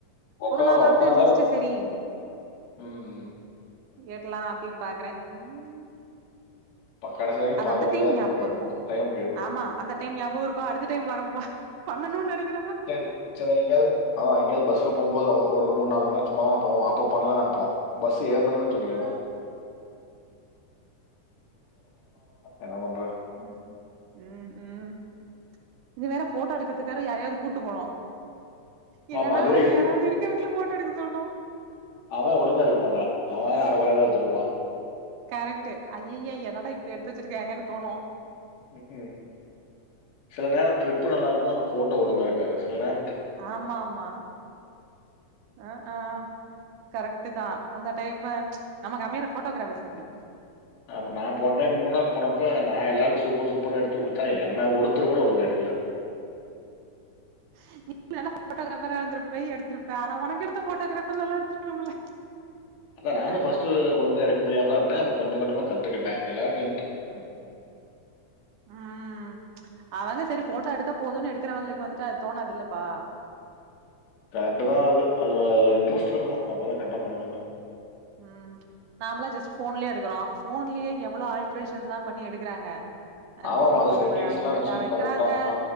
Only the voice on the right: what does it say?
ஒரு நாளாவது
அட்லிஸ்ட்டு செரி
கேட்லா அப்டின்னு பாக்குறேன் ம்
அது
அந்த டைம்
ஞாபக
இருக்கும்
ஆமா அந்த டைம் ஞாபக இருக்கும் அடுத்த டைம் வரம்பா பண்ணணுன்னு நெனைக்
ஆ
ம் ம் ம் இது வேற ஃபோட்டோ எடுக்கறதுக்கு வேற யாரையாது கூட்டு போறோ இல்லன்னா
அங்க யாராவது இருக்கவங்கள ஃபோட்டோ எடுக்க சொல்ணு
கரெக்ட்டு ஐய்யய்ய என்னடா இப்பி எடுத்து வச்சிருக்காங்கன்னு தோணு
ஆமா ஆமா ஆ அ கரெக்ட்டுதா அந்த டைம்ம நமக்கு அமையற ஃபோட்டோகிராஃபர்ஸ் அப்டி
<inaudible> நீ நல்லா ஃபோட்டோகிராஃபரா இருந்துருப்ப எடுத்துருப்ப ஆனா ஒனக்கு எடுத்த ஃபோட்டோகிராஃபர் நல்லா எடுத்துருக்கணும்ல
ம் ம் அதுலேருந்து சரி ஃபோட்டோ எடுத்தா போதுன்னு எடுக்கிறவங்களுக்கு வந்துட்டு அது தோணாது இல்லப்பா
ம் நாமளா ஜஸ்ட்டு ஃபோன்லேயே எடுக்குறோ ஃபோன்லேயே எவ்ளோ ஆல்ட்ரேஷன்ஸ்லா பண்ணி எடுக்குறாங்க அது என்னமோ
பிக்சருவ
டிஃப்ரெண்டா
வக்கிறாங்க